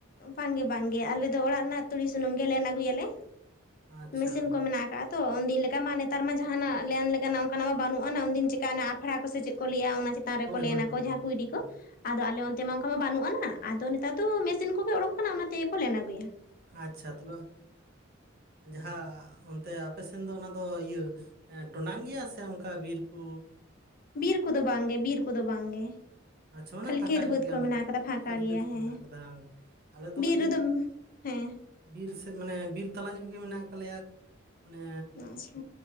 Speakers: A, on the left; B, on the right.
A: ᱵᱟᱝᱜᱮ ᱵᱟᱝᱜᱮ ᱟᱞᱮ ᱫᱚ ᱚᱲᱟᱜ ᱨᱮᱱᱟᱜ ᱛᱩᱲᱤ ᱥᱩᱱᱩᱢ ᱜᱮ ᱞᱮᱱ ᱟᱹᱜᱩᱭᱟᱞᱮ,
B: ᱟᱪᱪᱷᱟ
A: ᱢᱮᱥᱤᱱ ᱠᱚ ᱢᱮᱱᱟᱜ ᱠᱟᱜᱟ᱾ ᱛᱚ ᱩᱱᱫᱤᱱ ᱞᱮᱠᱟ ᱢᱟ ᱱᱮᱛᱟᱨ ᱢᱟ ᱡᱟᱦᱟᱱᱟᱜ ᱞᱮᱱ ᱞᱮᱠᱟᱱᱟᱜ ᱚᱝᱠᱟᱱᱟᱜ ᱫᱚ ᱵᱟᱹᱱᱩᱜ ᱟᱱᱟ ᱩᱱᱫᱤᱱ ᱪᱮᱫᱠᱟ ᱟᱱᱟ ᱟᱯᱷᱲᱟ ᱠᱚ ᱥᱮ ᱪᱮᱫ ᱠᱚ ᱞᱟᱹᱭᱟ ᱚᱱᱟ ᱪᱮᱛᱟᱱ
B: ᱦᱳᱭ
A: ᱨᱮᱠᱚ ᱞᱮᱱᱟᱠᱚ
B: ᱦᱳᱭ ᱦᱳᱭ
A: ᱡᱟᱦᱟᱸ ᱠᱩᱭᱰᱤ
B: ᱦᱮᱸ,
A: ᱠᱚ ᱟᱫᱚ ᱟᱞᱮ ᱚᱱᱛᱮ ᱢᱟ ᱚᱝᱠᱟ ᱢᱟ ᱵᱟᱹᱱᱩᱜ ᱟᱱᱟ ᱟᱫᱚ ᱱᱮᱛᱟᱨ ᱫᱚ ᱢᱮᱥ ᱥᱤᱱ ᱠᱚᱜᱮ ᱚᱰᱳᱠ ᱠᱟᱱᱟ ᱚᱱᱟ ᱛᱮᱜᱮ ᱠᱚ ᱞᱮᱱ ᱟᱹᱜᱩᱭᱟ ᱾
B: ᱟᱪᱪᱷᱟ ᱛᱚᱵᱮ ᱡᱟᱦᱟᱸ ᱚᱱᱛᱮ ᱟᱯᱮ ᱥᱮᱱ ᱫᱚ ᱚᱱᱟ ᱫᱚ ᱤᱭᱟᱹ ᱴᱚᱰᱟᱝ ᱜᱮᱭᱟ ᱥᱮ ᱚᱝᱠᱟ ᱵᱤᱨ ᱠᱚ
A: ᱵᱤᱨ ᱠᱚᱫᱚ ᱵᱟᱝᱜᱮ ᱵᱤᱨ ᱠᱚᱫᱚ ᱵᱟᱝᱜᱮ᱾
B: ᱟᱪᱪᱷᱟ ᱢᱟᱱᱮ
A: ᱠᱷᱟᱹᱞᱤ
B: ᱯᱷᱟᱸᱠᱟ
A: ᱠᱷᱮᱛ
B: ᱧᱚᱜ
A: ᱵᱟᱹᱫᱽ
B: ᱜᱮᱭᱟ
A: ᱠᱚ ᱢᱮᱱᱟᱜ ᱠᱟᱫᱟ, ᱯᱷᱟᱠᱟ
B: ᱠᱷᱟᱹᱫᱽ
A: ᱜᱮᱭᱟ
B: ᱵᱟᱹᱫᱽ ᱠᱚ
A: ᱦᱮᱸ
B: ᱢᱮᱱᱟᱜ ᱟᱠᱟᱫᱟ ᱟᱞᱮ ᱫᱚ
A: ᱵᱤᱨ
B: ᱠᱟᱹᱴᱤᱡ
A: ᱨᱮᱫᱚ ᱦᱮᱸ
B: ᱵᱤᱨ ᱥᱮᱫ ᱢᱟᱱᱮ ᱵᱤᱨ ᱛᱟᱞᱟ ᱧᱚᱜ ᱜᱮ ᱢᱮᱱᱟᱜ ᱠᱟᱜ ᱞᱮᱭᱟ ᱢᱟᱱᱮ
A: ᱟᱪᱪᱷᱟ